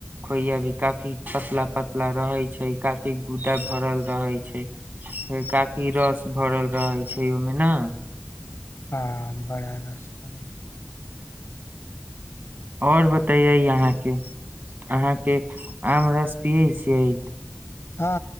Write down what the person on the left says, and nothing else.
आम बड़ा रस पड़ै अछि
हँ